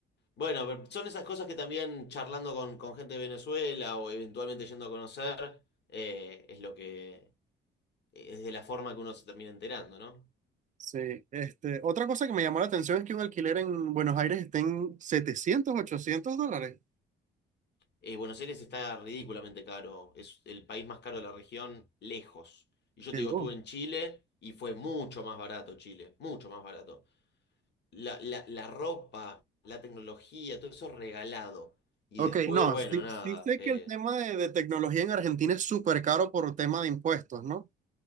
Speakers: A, on the left; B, on the right.
A: Bueno, pero son esas cosas que también charlando con, con gente de Venezuela o eventualmente yendo a conocer, eh, es lo que, es de la forma que uno se termina enterando, ¿no?
B: Sí, este, otra cosa que me llamó la atención es que un alquiler en Buenos Aires está en setecientos ochocientos dólares.
A: Eh, Buenos Aires está ridículamente caro, es el país más caro de la región, lejos. Y yo
B: Qué
A: te digo,
B: loco.
A: estuve en Chile y fue mucho más barato Chile, mucho más barato. La, la, la ropa, la tecnología, todo eso regalado. Y
B: Ok,
A: después,
B: no,
A: bueno,
B: sí,
A: nada.
B: sí sé
A: eh,
B: que el tema de, de tecnología en Argentina es súper caro por tema de impuestos, ¿no?